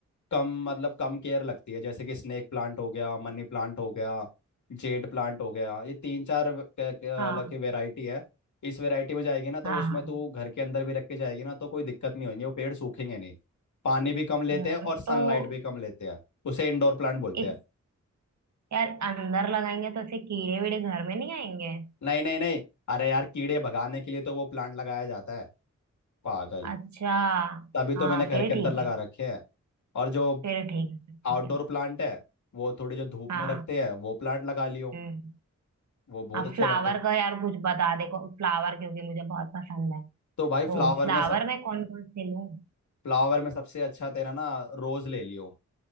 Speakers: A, on the left; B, on the right.
A: कम मतलब कम केयर लगती है जैसे कि स्नेक प्लांट हो गया मनी प्लांट हो गया जेड प्लांट हो गया ये तीन चार व- क- क-
B: हाँ
A: अलग की वेराइटी है इस वेराइटी में जाएगी ना
B: हाँ
A: तो उसमें
B: हाँ
A: तू घर के अंदर भी रख के जाएगी ना तो कोई दिक्कत नहीं होगी वो पेड़ सूखेंगे नहीं पानी भी कम लेते
B: हम्म,
A: हैं और सनलाइट
B: तो
A: भी कम लेते हैं उसे इंडोर प्लांट बोलते
B: इस
A: हैं
B: यार अंदर लगाएंगे तो ऐसे कीड़े वीड़े घर में नहीं आएंगे
A: नहीं नहीं नहीं अरे यार कीड़े भगाने के लिए तो वो प्लांट लगाया जाता है पागल
B: अच्छा
A: तभी
B: हाँ
A: तो मैंने घर
B: फिर
A: के
B: ठीक
A: अंदर लगा
B: है
A: रखे हैं और जो
B: फिर ठीक है फिर ठीक
A: आउटडोर
B: है
A: प्लांट है वो थोड़ी जो धूप
B: हाँ
A: में रखते हैं वो प्लांट लगा लियो
B: हम्म
A: वो बहुत
B: आप
A: अच्छे
B: फ्लावर
A: लगते हैं
B: का यार कुछ बता देखो फ्लावर क्योंकि मुझे बहुत पसंद है
A: तो
B: तो
A: भाई फ्लावर
B: फ्लावर
A: में सब
B: में कौन कौन से लूं
A: फ्लावर में सबसे अच्छा तेरा ना रोज ले लियो